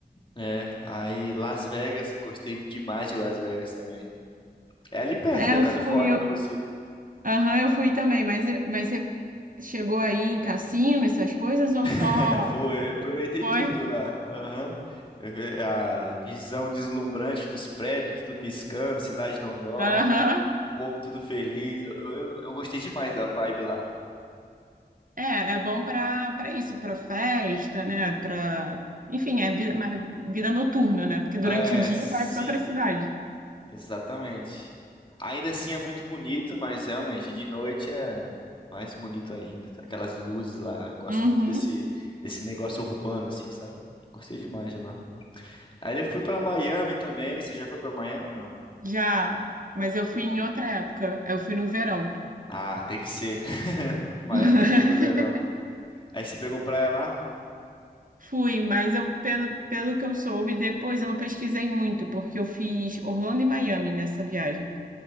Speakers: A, on the left; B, on the right.
A: É, aí Las Vegas, gostei demais de Las Vegas também. É ali perto
B: É,
A: da
B: eu
A: Califórnia,
B: fui, eu,
A: inclusive.
B: aham, eu fui também, mas eu- mas você chegou aí em cassino, essas coisas ou só
A: <laughs> Foi, aproveitei
B: foi?
A: tudo lá. Aham. Eu vi A visão deslumbrante dos prédios, tudo piscando, cidade não dorme,
B: Aham.
A: povo tudo feliz. Eu, eu, eu gostei demais da vibe lá.
B: É, é bom para para isso, para festa, né? Para, enfim, é vida, mais vida noturna, né? Porque durante
A: É,
B: o dia
A: é, sim,
B: parece outra cidade.
A: exatamente. Ainda assim é muito bonito, mas realmente de noite é mais bonito ainda. Aquelas luzes lá, eu gosto
B: Uhum,
A: muito desse, desse negócio urbano, assim, sabe? Gostei demais de lá. Aí eu fui pra Miami também. Você já foi pra Miami, não?
B: já, mas eu fui
A: Go-
B: em outra época. Eu fui no verão.
A: Ah, tem que ser. Miami
B: <laughs>
A: tem que ser no verão. Aí você pegou praia lá?
B: Fui, mas eu pelo, pelo que eu soube, depois eu não pesquisei muito, porque eu fiz Orlando e Miami nessa viagem.